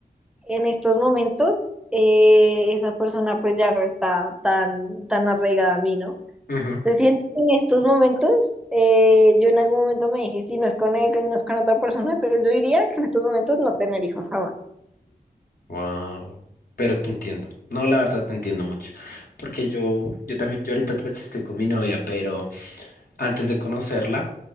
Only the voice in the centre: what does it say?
En estos momentos, eh, esa persona pues ya no está tan, tan arraigada a mí, ¿no?
Se siente que en estos momentos, eh, yo en algún momento me dije, si no es con él, no es con otra persona, entonces yo diría que en estos momentos no tener hijos jamás.